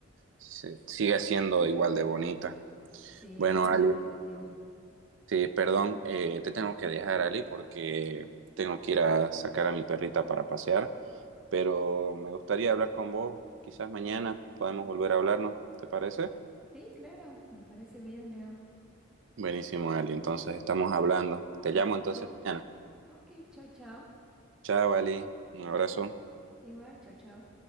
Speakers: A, on the right (about 65°); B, in the centre.
A: se- siga siendo igual de bonita.
B: Sí,
A: Bueno,
B: ese
A: Ali,
B: es el objetivo.
A: sí, perdón, eh, te tengo que dejar, Ali, porque tengo que ir a sacar a mi perrita para pasear, pero me gustaría hablar con vos, quizás mañana podemos volver a hablarnos, ¿te parece?
B: Sí, claro, me parece bien, Leo.
A: Buenísimo, Ali, entonces estamos hablando. Te
B: Listo.
A: llamo entonces mañana.
B: Ok, chao, chao.
A: Chao, Ali, un abrazo.
B: Igual, chao, chao.